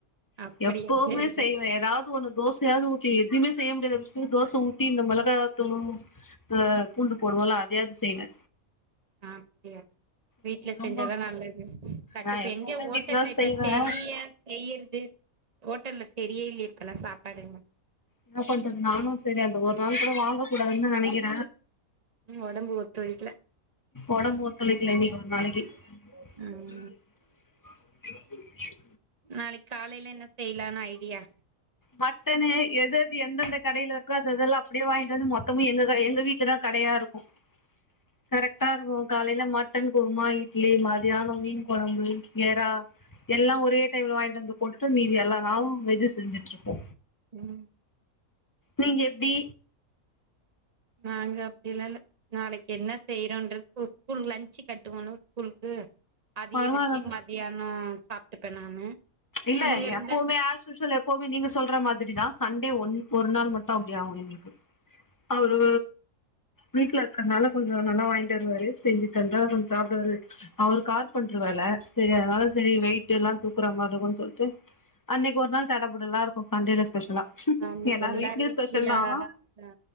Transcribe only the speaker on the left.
எப்பவுமே
செய்வே எதாவது ஒன்னு தோச சயாது ஊத்தி எதுவுமே செய்ய முடியாது அ தோசை ஊத்தி இந்த மிளகாத்தூலு அ பூண்டு போடுவோல்ல அதயாச்சு செய்வே
இன்னைக்கு
ரொம்ப
நா எப்பவுமே
வீட்லதா
செய்வேன்
என்ன பண்றது நானு சரி அந்த ஒரு நாள் கூட வாங்க கூடாதுன்னு நெனைக்கிற
ஒடம்பு ஒத்துழைக்ல இன்னைக்கு ஒரு நாளைக்கு
<unintelligible>
மட்டன்னு எது எது எந்தெந்த கடைல இருக்கோ அது இதெல்லா அப்டியே வாங்கிட்டு வந் மொத்தமு எங்க கடை எங்க வீட்லதா கடையா இருக்கும்
கரெக்ட்டா இருக்கோ காலைல மாட் மட்டன் குருமா இட்லி மதியானம் மீன் கொழம்பு எறா எல்லா ஒரே டைம்ல வாய்ங்ட்டு வந்து பொட்டு மீதி எல்லா நாளு வெது செஞ்சுட்ருப்போ
நீங்க எப்டி
பரவால்ல
இல்ல
எப்பவுமே ஆஷ்யூஸ்வலு இப்போவே நீங்க சொல்ற மாதிரிதா சண்டே ஒன்னு ஒரு நாள் மட்டு அப்டி ஆவோ எங்ளுக்கு அவுரு வீட்ல இருக்கற்னால கொஞ்சோ நல்லா வாய்ங்ட்டு வருவாரு செஞ்சு தந்தா கொஞ்சோ சாப்டுவாரு அவுரு கார்பன்ட்ரு வேல செரி அதனால செரி வெயிட்டு எல்லா தூக்குறா மார் இருக்கும்னு சொல்ட்டு அன்னைக்கு ஒரு நாள் தட புடலா இருக்கும் சண்டேல ஸ்பெஷலா
எல்லாரு
வீட்லயு
ஸ்பெஷல் தா